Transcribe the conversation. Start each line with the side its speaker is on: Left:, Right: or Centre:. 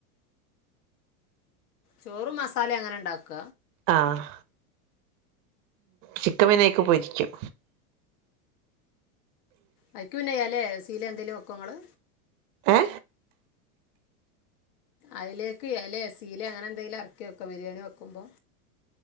Left: ചോറും മസാലം അങ്ങനെണ്ടാക്ക
Right: ആഹ് ചിക്കൻ പിന്നെ അയ്ക്ക് പൊരിക്കും
Left: അയ്ക്ക് പിന്നെ എലേ സീലേ എന്തേലും വെക്കോങ്ങള്
Right: ഏ
Left: അയിലേക്ക് എലേ സീലേ അങ്ങനെ എന്തേലും എറക്കി വെക്കോ ബിരിയാണി വെക്കുമ്പോ